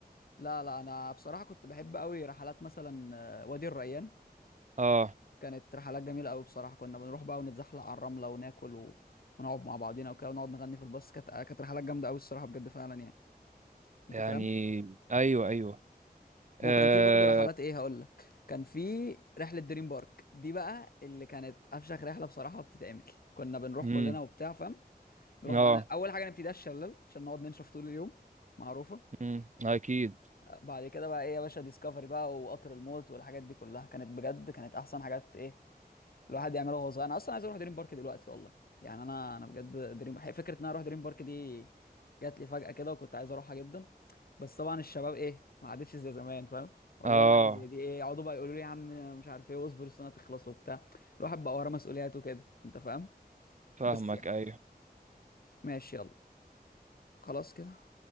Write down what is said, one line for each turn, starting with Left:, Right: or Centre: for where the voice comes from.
Left: لا لا انا بصراحه كنت بحب قوي رحلات مثلا آه، وادي الريان
Right: اه
Left: كانت رحلات جميله قوي بصراحه كنا بنروح بقى ونتزحلق على الرمله وناكل و... ونقعد مع بعضينا وكده ونقعد نغني في الباص كانت آه، كانت رحلات جامده قوي الصراحه بجد فعلا يعني انت
Right: يعني
Left: فاهم
Right: ايوه ايوه اه
Left: وكان في برضه رحلات ايه هقول لك كان في رحله دريم بارك دي بقى اللي كانت افشخ رحله بصراحه بتتعمل كنا بنروح
Right: امم
Left: كلنا وبتاع فاهم نروح
Right: اه
Left: بقى اول حاجه نبتدي الشلال عشان نقعد ننشف طول اليوم معروفه
Right: امم اكيد
Left: بعد كده بقى ايه يا باشا ديسكفري بقى وقطر الموت والحاجات دي كلها كانت بجد كانت احسن حاجات ايه الواحد يعملها وهو صغير انا اصلا عايز اروح دريم بارك دلوقتي والله يعني انا انا بجد دريم فكره ان انا اروح دريم بارك دي جات لي فجاه كده وكنت عايز اروحها جدا بس طبعا الشباب ايه ما عادتش زي زمان فاهم اقول
Right: اه
Left: لهم حاجه زي دي ايه يقعدوا بقى يقولوا لي يا عم مش عارف ايه واصبر السنه تخلص وبتاع الواحد بقى وراه مسؤوليات وكده انت فاهم
Right: فاهمك
Left: بس يعني
Right: ايوه
Left: ماشي يلا خلاص كده